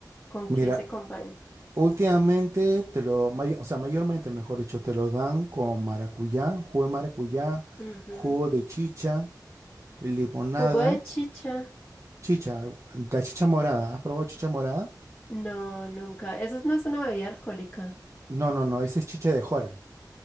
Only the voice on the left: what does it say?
¿Con
qué se acompaña?
Ujú.
¿Jugo de chicha?
No, nunca. Eso no es una bebida alcohólica.